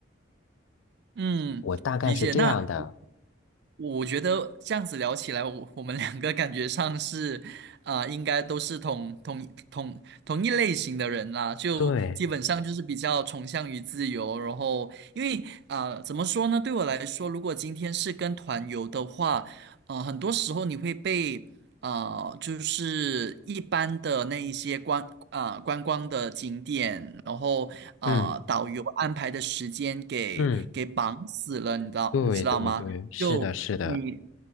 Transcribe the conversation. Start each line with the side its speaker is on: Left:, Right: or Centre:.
Right: 嗯，
Left: 我大概是这样的。
Right: 理解。那。我觉得这样子聊起来，我我们两个感觉上是，啊、应该都是同同同同一类型的人啦，就基本上就是比较崇尚于自由。
Left: 对，
Right: 然后，因为啊、怎么说呢？对我来说，如果今天是跟团游的话，呃，很多时候你会被呃，就是一般的那一些观啊、观光的景点，然后啊，
Left: 嗯
Right: 导游安排的时间给给绑死了，
Left: 嗯，
Right: 你知道你知道吗？
Left: 对对对，是的，
Right: 就你
Left: 是的，